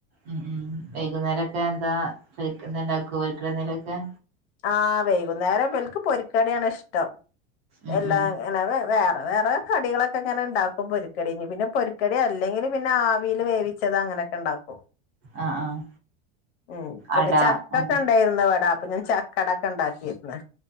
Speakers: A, on the right (about 50°); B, on the left (about 70°).
A: ഉം. ഉം. വൈകുന്നേരക്കെ ന്താ? <unintelligible> വീട്ടിലെന്തെലൊക്കെ?
B: ആ. വൈകുന്നേരംബൽക്ക് പൊരിക്കഡ്യാണ്ഷ്ടം
A: ഉം
B: എല്ലാം
A: ഉം
B: ങ്ങനെ വേ വേറെ കടികളൊക്കെ ഇങ്ങനണ്ടാക്കും പൊരിക്കടീഞ് പിന്നെ പൊരുക്കടി അല്ലെങ്കിപിന്നെ ആവീല് വേവിച്ചതഅങ്ങന ങ്ങനെ ണ്ടാക്കും
A: ആഹ് ആഹ്
B: മ്മ് പിന്നെ
A: അട
B: ചക്കക്കേണ്ടർന്ന്
A: ആഹ്
B: ഇവടെ അപ്പൊ ഞാൻ ചക്കടൊക്കെ ഇണ്ടാകീന്ന്.